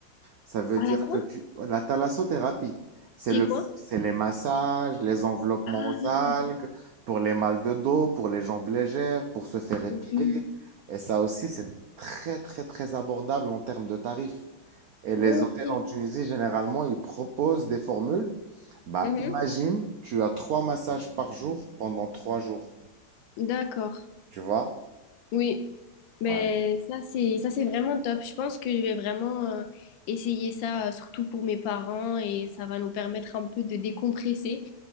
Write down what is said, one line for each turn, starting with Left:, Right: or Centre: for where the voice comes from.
Right: Ça veut
Left: Par
Right: dire
Left: la quoi?
Right: que tu... La thalassothérapie, c'est
Left: C'est
Right: le...
Left: quoi?
Right: c'est les massages, les enveloppements
Left: Ah,
Right: aux algues, pour les mal de dos, pour les jambes légères, pour se faire épiler.
Left: oui.
Right: Et ça aussi, c'est très, très, très abordable en termes de tarifs. Et les
Left: Ok.
Right: hôtels en Tunisie, généralement, ils proposent des formules. Bah,
Left: Mhm.
Right: imagine, tu as trois massages par jour pendant trois jours.
Left: D'accord.
Right: Tu vois?
Left: Oui. Mais
Right: Ouais.
Left: ça, c'est ça, c'est vraiment top. Je pense que je vais vraiment euh, essayer ça, euh, surtout pour mes parents, et ça va nous permettre un peu de décompresser.